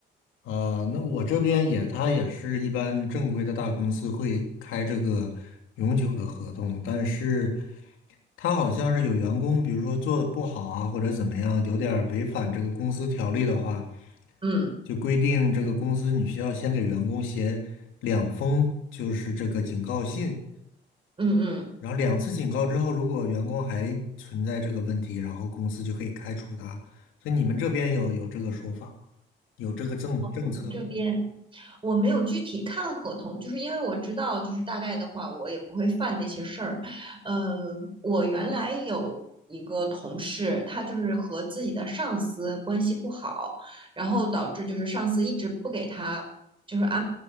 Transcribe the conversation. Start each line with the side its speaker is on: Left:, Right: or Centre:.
Left: 呃，那我这边也，他也是一般正规的大公司会开这个永久的合同，但是他好像是有员工，比如说做的不好啊，或者怎么样，有点儿违反这个公司条例的话，
Right: 嗯
Left: 就规定这个公司你需要先给员工写两封，就是这个警告信，
Right: 嗯嗯，
Left: 然后两次警告之后，如果员工还存在这个问题，然后公司就可以开除他。所以你们这边有有这个说法吗？有这个政政策吗？
Right: 我们这边。我没有具体看合同，就是因为我知道，就是大概的话，我也不会犯那些事儿。呃，我原来有一个同事，他就是和自己的上司关系不好，然后导致就是上司一直不给他就是安